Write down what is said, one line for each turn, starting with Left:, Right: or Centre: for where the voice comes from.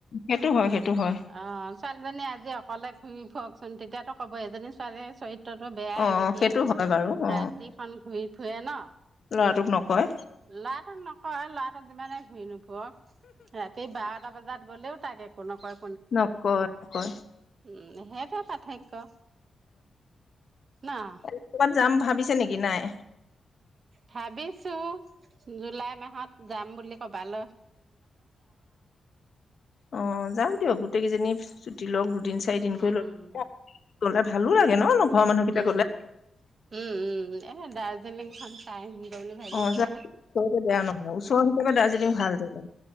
Left: সেইটো হয় সেইটো হয়
Right: অ ছোৱালীজনী আজি অকলে ঘূৰি ফ ককচোন তেতিয়ো ক'ব এজনী ছোৱালীয়ে চৰিত তোটো বেয়াই
Left: অ
Right: নেকি
Left: সেইটো হয় বাৰু অ
Right: ৰাতিখন ঘূৰি থুৱে ন
Left: ল'ৰাটোক নকয়
Right: লাডক নকয় লা যিমানে ঘূৰি নো ক ৰাতি বাৰটা বজাত গ'লেও থাকে কোনোকয়
Left: নক নকয়
Right: উম সেইটোৱে পাৰ্থক্য ন
Left: অ ত ক'বাত যাম ভাবি নেকি নাই
Right: ভাবিছো জুলাই মাহত যাম বুলি কবাল
Left: অ যাওক দিয়ক গোটেইকেইজনী ছুটি লওক দুদিন চাৰিদিনকৈ
Right: উম
Left: ল গলে ভালো লাগে ন ঘৰৰ মানুহকেইটা
Right: উম
Left: গ'লে
Right: উম উম উম এ দাৰ্জিলিংখন চাই আহিম দে বুলি ভাবিছো
Left: অ যাম ওচৰতে বেয়া নহয় ওচৰ হিচাপে দাৰ্জিলিং ভাল জেগা